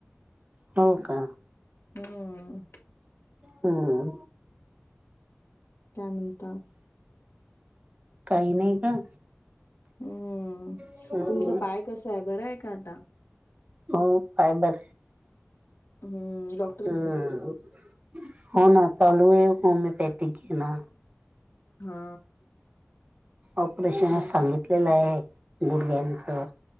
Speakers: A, on the right; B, on the left.
A: हो का
B: हम्म
A: हम्
B: काय म्हणता
A: काही नाही का
B: हम्म
A: हम्म
B: तुमचं पाय कससा आहे बरं आहे का आता
A: हो काय बरं
B: हम्म ल
A: हम्म हो ना लूय होमिओपॅथिक घे ना
B: हा
A: ऑपरेशन
B: बाक
A: सांगितलेलं आहे गुडघ्यांचं